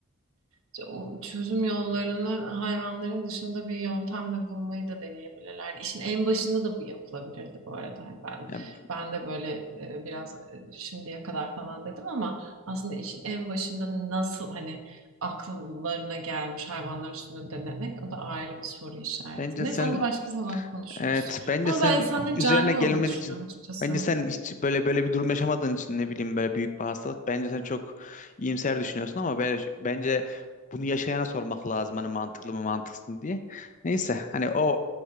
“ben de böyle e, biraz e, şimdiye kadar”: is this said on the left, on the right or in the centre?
Right